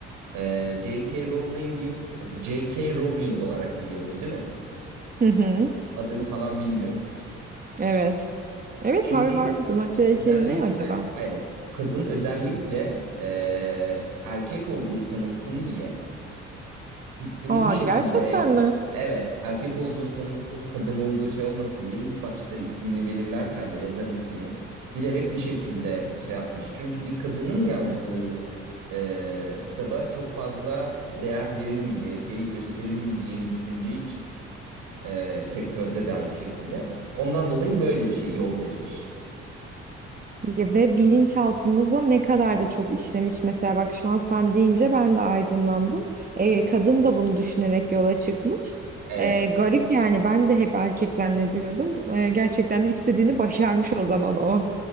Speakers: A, on the right; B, on the right.
A: E, J.K. Rowling'in mesela J.K. Rowling olarak biliyoruz değil mi?
B: Hı hı,
A: Adını falan bilmiyoruz.
B: evet. Evet
A: Çünkü
B: har harbiden o JK
A: özellikle
B: ne acaba?
A: aynen kadın özellikle e, erkek olduğu sanılsın diye ismini
B: Aa
A: bu şekilde
B: gerçekten
A: yapmış.
B: mi?
A: Evet, erkek olduğu sanılsın, kadın olduğu şey olmasın diye ilk başta ismini belirlerken de yazar ismini bilerek bu şekilde şey yapmış. Çünkü bir kadının yazdığı e, kitaba çok fazla değer verilmeyeceği, şeyi gösterilmeyeceğini düşündüğü için e, sektörde de aynı şekilde. Ondan dolayı böyle bir şey yol seçmiş.
B: Ya ve bilinçaltımızda ne kadar da çok işlemiş mesela bak şu an sen deyince ben de aydınlandım. Ee, kadın da bunu düşünerek yola çıkmış.
A: Evet.
B: Ee, garip yani ben de hep erkek zannediyordum. Ee, gerçekten de istediğini başarmış o zaman o.